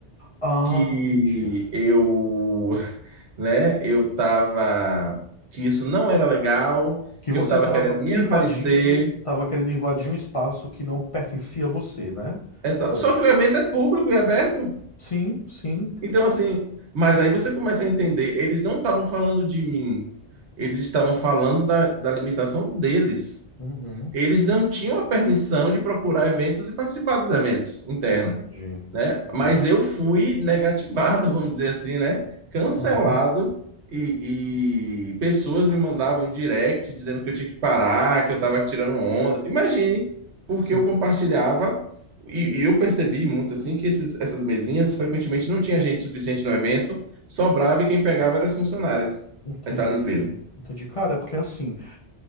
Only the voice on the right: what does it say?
que
eu, <laughs> né, eu tava, que isso não era legal,
que
eu tava
querendo me
aparecer.
Exato.
Só
que o evento é público e aberto.
Então, assim, mas aí você começa a entender, eles não estavam falando de mim, eles estavam falando da, da limitação deles.
Eles não tinham a permissão de procurar eventos e participar dos eventos interna
né?
Mas eu fui negativado, <laughs> vamos dizer assim, né? Cancelado
e, e pessoas me mandavam um direct dizendo que eu tinha que parar, que eu estava tirando onda. Imagine, porque
eu compartilhava e, e eu percebi muito assim que esses, essas mesinhas frequentemente não tinha gente suficiente no evento, sobrava e quem pegava eram as funcionárias
da limpeza.